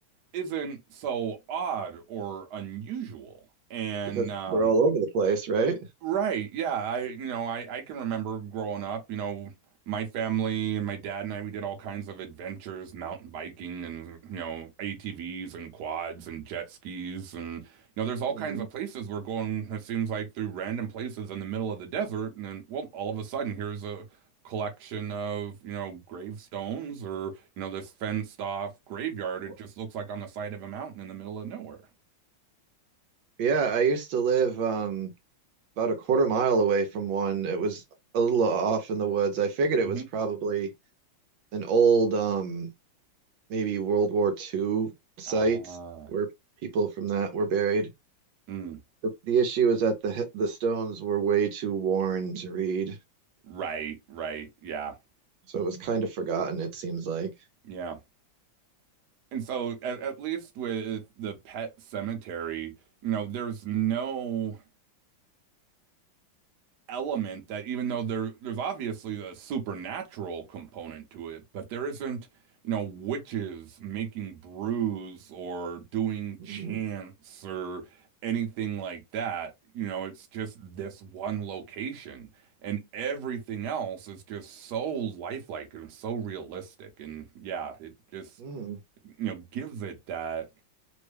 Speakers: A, on the right; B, on the right.
A: isn't so odd or unusual. And
B: because
A: um
B: they're all over the place, right?
A: Right. Yeah. I, you know, I, I can remember growing up, you know, my family and my dad and I, we did all kinds of adventures, mountain biking and, you know, ATVs and quads and jet skis. And, you know, there's all
B: Mm.
A: kinds of places we're going, it seems like through random places in the middle of the desert. And then, well, all of a sudden, here's a collection of, you know, gravestones or, you know, this fenced off graveyard. It
B: Well,
A: just looks like on the side of a mountain in the middle of nowhere.
B: Yeah, I used to live um about a quarter mile away from one. It was a little off in the woods. I figured it
A: Mm-hmm.
B: was probably an old, um, maybe World War II site
A: Ah.
B: where people from that were buried.
A: Mm.
B: The, the issue is that the the stones were way too worn to read,
A: Right, right. Yeah.
B: so it was kind of forgotten. It seems like
A: Yeah. And so at, at least with the Pet Cemetery, you know, there's no element that even though there there's obviously a supernatural component to it, but there isn't, you know, witches making brews or doing
B: Mhm.
A: chants or anything like that. You know, it's just this one location and everything else is just so lifelike and so realistic. And yeah, it just
B: Mm.
A: you know gives it that